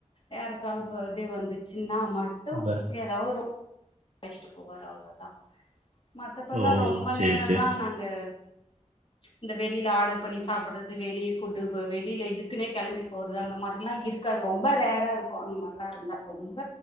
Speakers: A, on the left; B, on the right.
A: யாருக்கா பர்டே வந்தச்சினா மட்
B: வர
A: <unintelligible> அயிஷ்டு போவாரு அவ்ளோதா மத்தப்ப
B: ஓ!
A: ரொம்ப
B: சரி,
A: நேரல்லா
B: சரி.
A: நாங்க இந்த வெளில ஆடர் பண்ணி சாப்பிறது வெளி ஃபுட்டு பு வெளில இதுக்குன்னே கெளம்பி போறது அந்த மாரில்லா இருகாது ரொம்ப ரேரா இருக்கு அந்த மாரிலா இருந்தா ரொம்ப